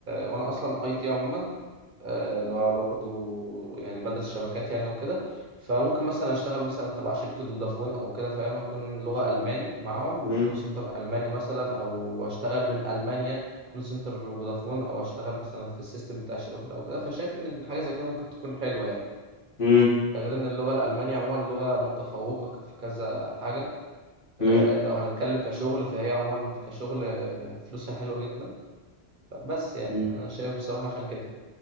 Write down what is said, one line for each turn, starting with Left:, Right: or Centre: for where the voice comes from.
Right: وانا اصلا اي تي عموما آه، اللي هو برضه يعني بدرس شبكات يعني وكده فممكن مثلا اشتغل مثلا تبع شركة فودافون او كده فاهم اكون لغة الماني معاهم
Left: مم.
Right: كول سنتر الماني مثلا او اشتغل من المانيا كول سنتر فودافون او اشتغل مثلا في السيستم بتاع الشبكات او كده فشايف ان حاجة زي كده ممكن تكون حلوة يعني
Left: مم.
Right: ده غير ان اللغة الالمانية عموما لغة متفوقة ك- في كذا حاجة
Left: مم.
Right: آه، لو هنتكلم كشغل فهي عموما كشغل آه، فلوسها حلوة جدا بس يعني
Left: مم.
Right: انا شايف بصراحه عشان كده